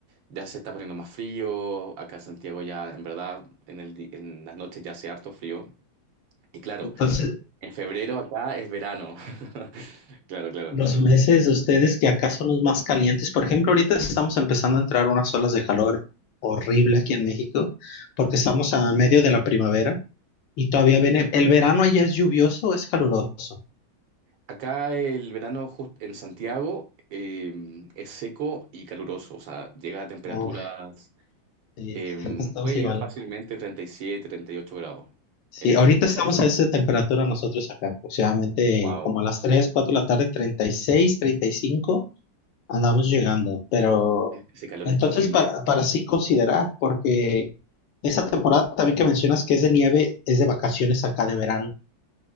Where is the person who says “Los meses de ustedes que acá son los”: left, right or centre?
Left